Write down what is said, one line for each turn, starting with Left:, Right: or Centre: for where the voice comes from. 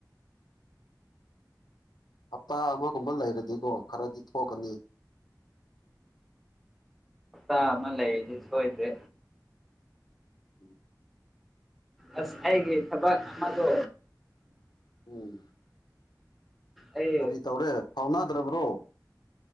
Left: ꯍꯞꯇꯥ ꯑꯃꯒꯨꯝꯕ ꯂꯩꯔꯗꯤꯀꯣ ꯈꯔꯗꯤ ꯊꯣꯛꯀꯅꯤ
Centre: ꯍꯞꯇꯥ ꯑꯃ ꯂꯩꯔꯗꯤ ꯁꯣꯏꯗꯦ
Left: ꯎꯝ
Centre: ꯑꯁ ꯑꯩꯒꯤ ꯊꯕꯛ ꯑꯃꯗꯣ
Left: ꯎꯝ
Centre: ꯑꯩ
Left: ꯀꯔꯤ ꯇꯧꯔꯦ ꯐꯥꯎꯅꯗ꯭ꯔꯕ꯭ꯔꯣ